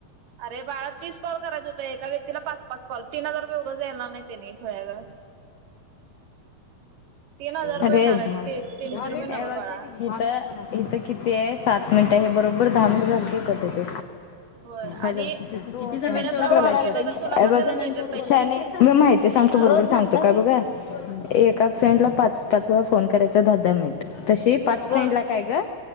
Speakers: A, on the right (about 65°); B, on the left (about 80°).
A: अरे बाळा तीस कॉल करायचे होत एका व्यक्तीला पाच पाच कॉल तीन हजार बे उघं जायला ना नाही त्याने खळ्या तीन हजार रुपये
B: अरे
A: येणार आहेत
B: ाव
A: ते तीनशे रुपये नव्ह
B: हथ
A: बाळा
B: इथ किती आहे सात मिनिट आहे हे बरोबर दहा मिनिट झा क
A: होय
B: हॅलो
A: आणि
B: कितीने
A: मी ना तुला कॉल केलं तर तुला पण त्याच मिळतात पैसे
B: मी माहिती सांगतो
A: हा
B: बरोबर सांगतो का बघा एका फ्रेंडला पाच पाच वेळा फोन करायचा दहा दहा मिनिट तशी पाच फ्रेंड
A: हा
B: ला काय ग